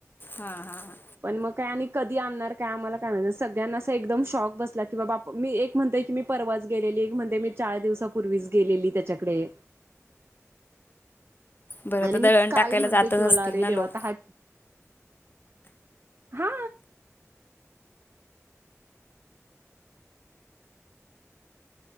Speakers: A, on the left; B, on the right.
A: हां हां हां
B: पण मग काय आणि कधी आणणार काय आम्हाला काय म्हणार सगळ्यांना अस एकदम शॉक बसला. की बाबा मी एक म्हणतेय की मी परवाच गेलेली एक म्हणतेय मी चार दिवसापूर्वीच गेलेली त्याच्याकडे
A: बरं
B: आणि
A: तर दळण
B: मी काल
A: टाकायला
B: म्हणते
A: जातच
B: की मला
A: असतील
B: अरे
A: ना लोक
B: देवा हा हा